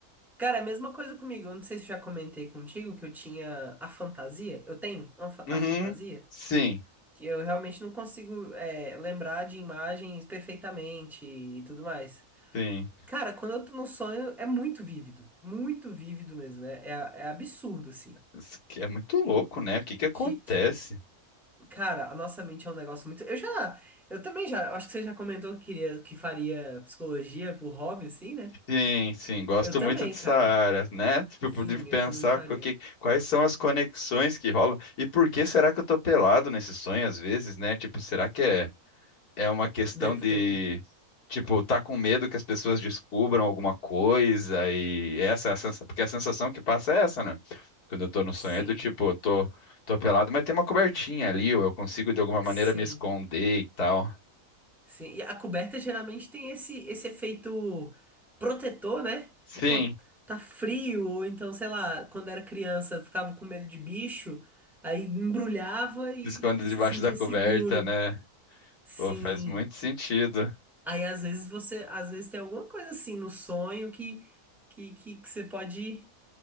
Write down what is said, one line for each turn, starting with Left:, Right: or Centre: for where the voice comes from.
Centre: Cara, é a mesma coisa comigo. Eu não sei se eu já comentei contigo que eu tinha a fantasia. Eu tenho a fa-
Left: Uhum.
Centre: a fantasia.
Left: Sim,
Centre: Que eu realmente não consigo, é, lembrar de imagens perfeitamente e tudo mais.
Left: sim.
Centre: Cara, quando eu tô num sonho, é muito vívido. Muito vívido mesmo. É, é, é absurdo, assim.
Left: Isso que É muito louco, né? O que que acontece?
Centre: Que, que, cara, a nossa mente é um negócio muito. Eu já. Eu também já. eu Acho que você já comentou que queria, que faria psicologia por hobby, assim, né?
Left: Sim, sim, gosto
Centre: Eu também,
Left: muito dessa
Centre: cara.
Left: área, né? Tipo,
Centre: Sim,
Left: de pensar
Centre: eu também faria.
Left: co- que- quais são as conexões que rolam e por que será que eu tô pelado nesse sonho às vezes, né? Tipo, será que é é uma questão
Centre: Deve
Left: de,
Centre: ter um.
Left: tipo, tá com medo que as pessoas descubram alguma coisa e essa é a sensação, porque a sensação que passa é essa, né? Quando eu tô no
Centre: Sim.
Left: sonho é do tipo, eu tô, tô pelado, mas tem uma cobertinha ali, ou eu consigo de alguma maneira
Centre: Sim.
Left: me esconder e tal.
Centre: Sim, e a coberta geralmente tem esse, esse efeito protetor, né?
Left: Sim,
Centre: Pô, tá frio, ou então, sei lá, quando era criança, ficava com medo de bicho, aí embrulhava e,
Left: se esconde
Centre: e- e se
Left: debaixo
Centre: sentia
Left: da coberta,
Centre: seguro.
Left: né?
Centre: Sim.
Left: Pô, faz muito sentido.
Centre: Aí às vezes você, às vezes tem alguma coisa assim no sonho que que, que, que você pode.